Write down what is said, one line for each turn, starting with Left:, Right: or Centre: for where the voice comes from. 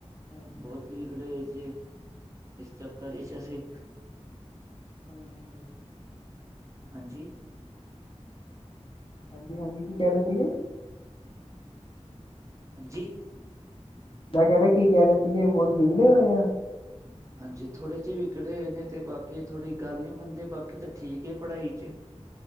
Left: ਹਾਂਜੀ
Right: ਬੋਤ ਵਿਗੜੇ ਹੋਏ ਸੀ ਇਸ ਚੱਕਰ ਵਿੱਚ ਅਸੀਂ।
Left: ਹਾਂਜੀ।
Right: ਹਾਂਜੀ?
Left: ਹਾਂਜੀ- ਹਾਂਜੀ ਕੀ ਕਹਿ ਰਹੇ ਸੀਗੇ?
Right: ਹਾਂ ਜੀ।
Left: ਮੈਂ ਕਹਿ ਰਿਹਾ ਕੀ ਕਹਿ ਰਹੇ ਸੀਗੇ ਬਹੁਤ ਵਿਗੜੇ ਹੋਏ ਆ।
Right: ਹਾਂਜੀ ਥੋੜੇ ਜਿਹੇ ਵਿਕੜੇ ਹੋਏ ਨੇ, ਤੇ ਬਾਕੀ ਥੋੜੀ ਗੱਲ ਨਹੀਂ ਮੰਨਦੇ, ਬਾਕੀ ਤਾਂ ਠੀਕ ਹੈ ਪੜਾਈ ਚ।